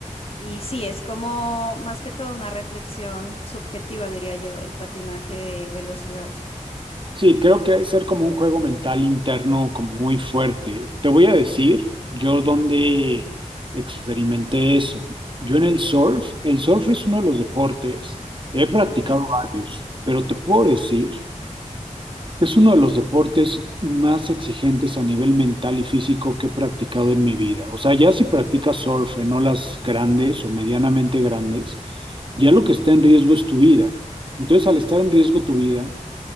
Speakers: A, on the left; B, on the right.
A: Y sí, es como más que todo una reflexión subjetiva, diría yo, el patinaje de velocidad.
B: sí, creo que debe ser como un juego mental interno, como muy fuerte. Te voy a decir, yo donde experimenté eso. Yo en el surf, el surf es uno de los deportes, he practicado
A: Sí,
B: varios, pero te puedo decir Es uno de los deportes más exigentes a nivel mental y físico que he practicado en mi vida. O sea, ya si practicas surf en olas grandes o medianamente grandes, ya lo que está en riesgo es tu vida. Entonces, al estar en riesgo tu vida,